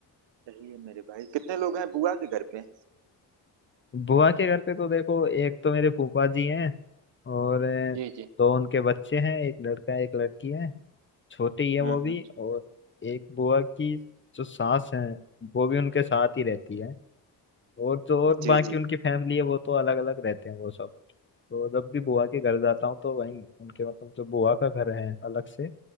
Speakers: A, on the right; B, on the left.
A: सही है मेरे भाई कितने लोग हैं बुआ के घर पे
B: बुआ के घर पे तो देखो एक तो मेरे फूफा जी हैं और अ,
A: जी जी
B: दो उनके बच्चे हैं एक लड़का है एक लड़की है छोटी है वो
A: हम्म
B: भी और एक बुआ की जो सास है वो भी उनके साथ ही रहती है और जो
A: हम्म
B: और बाकी
A: जी जी
B: उनकी फैमिली है वो तो अलग अलग रहते हैं वो सब तो जब भी बुआ के घर जाता हूँ तो वहीं उनके मतलब जो बुआ का घर है अलग से